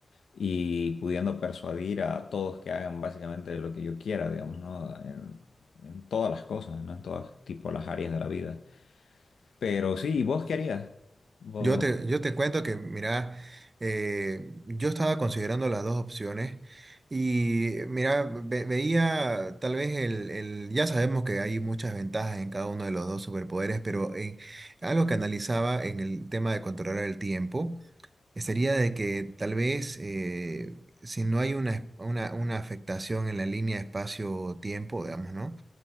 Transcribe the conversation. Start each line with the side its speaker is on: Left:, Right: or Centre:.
Left: y pudiendo persuadir a todos que hagan básicamente lo que yo quiera, digamos, ¿no? En, en todas las cosas, ¿no? En todas tipo las áreas de la vida. Pero sí, ¿y vos qué harías? Vos...
Right: Yo te, yo te cuento que, mira, eh, yo estaba considerando las dos opciones y, mira, ve- veía tal vez el, el- ya sabemos que hay muchas ventajas en cada uno de los dos superpoderes, pero eh, algo que analizaba en el tema de controlar el tiempo eh, sería de que tal vez eh, si no hay una, una, una afectación en la línea espacio-tiempo, digamos, ¿no?